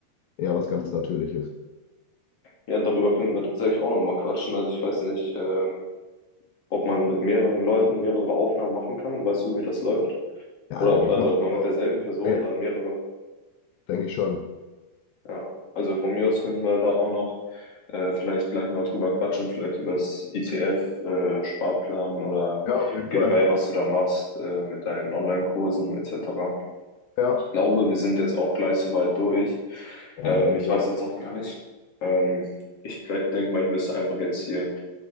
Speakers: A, on the left (about 85°); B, on the left (about 40°).
A: eher was ganz Natürliches.
B: Ja, darüber können wir tatsächlich auch nochmal quatschen. Also ich weiß nicht, ähm, ob man mit mehreren Leuten mehrere Aufnahmen machen kann. Weißt du, wie das läuft?
A: Ja,
B: Oder
A: da
B: ob,
A: gehe
B: also
A: ich mal
B: ob man
A: vor.
B: mit derselben Person
A: Ja,
B: dann mehrere
A: Denke ich schon.
B: Ja, also von mir aus könnten wir da auch noch äh, vielleicht gleich noch drüber quatschen, vielleicht über das ETF-Sparplan oder
A: Ja, auf jeden
B: generell,
A: Fall.
B: was du da machst äh, mit deinen Online-Kursen etc.
A: Ja,
B: Ich glaube, wir sind jetzt auch gleich soweit durch.
A: ja,
B: Ähm,
A: denke
B: ich
A: ich
B: weiß
A: auch.
B: jetzt auch gar nicht. Ähm, ich denke mal, ich müsste einfach jetzt hier